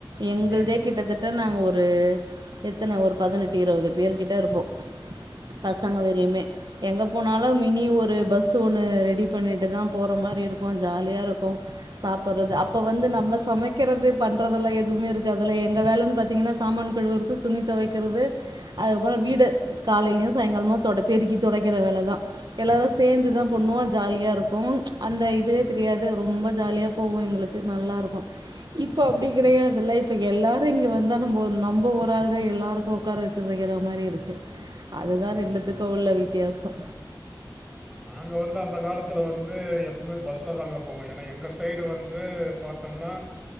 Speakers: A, on the right; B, in the centre.
A: எங்கள்தே
B: ம்.
A: கிட்டத்தட்ட நாங்கள் ஒரு ஒரு எத்தனை ஒரு பதினெட்டு இருபது பேர்கிட்ட இருப்போ
B: ம். ம்.
A: பசங்கவரயுமே எங்க போனாலும்
B: ம்.
A: மினி ஒரு பஸ்ஸு ஒன்று ரெடி பண்ணிட்டு தான் போற மாதிரி இருக்கு ஜாலியாக இருக்கு சாப்பிடுறது
B: ம்.
A: அப்ப வந்து நம்ம சமைக்கிறது பண்ணுறதெல்லாம் எதுவுமே இருக்காதுல்ல எங்க வேலைன்னு பாத்திங்கன்னா சாமான் கழுவுறது துணி துவக்கிறது அதுக்கப்புறம்
B: ம்.
A: வீடு காலையிலையு சாயங்காலம தொட பெருக்கி தொடக்கிற வேலை தான் சேர்ந்துதான் பண்ணுவ ஜாலியாக இருக்கு அந்த இதுவே
B: ம்.
A: தெரியாது ரொம்ப ஜாலியா போவோம் எங்களுக்கு நல்லா இருக்கும் இப்போ அப்படி
B: ம்.
A: கிடையாது ஃலைப் எல்லாரு இங்க வந்தா நம்ம நம்ப ஒரு ஆள் தான் எல்லாருக்கு உட்கார வச்சு செய்ற மாதிரி இருக்கு அது தான்
B: ஆமாமாம்.
A: ரெண்டுத்துக்கும்
B: ஆமா.
A: உள்ள வித்தியாசம்
B: ஆமா நாங்கள் வந்து அந்த காலத்தில்ல வந்து எப்பமே பஸ்ல தாங்க போவோம் ஏன்னா எங்க சைடு வந்து பாத்தோம்னா